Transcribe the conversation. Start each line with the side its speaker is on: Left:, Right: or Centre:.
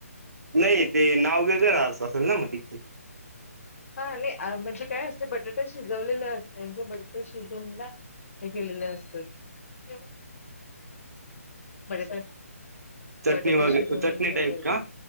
Right: नाही ते नाव वेगळ असेल ना मग त
Left: हा म्हणजे काय असते बटाटा शिजवलेलं असते ते बटाटा शिजवून ना हे केलेलं असत बघ काय
Right: चटणी
Left: बटाटा
Right: वगैरे
Left: शिजवून
Right: चटणी
Left: ठेवलेला
Right: टाईप का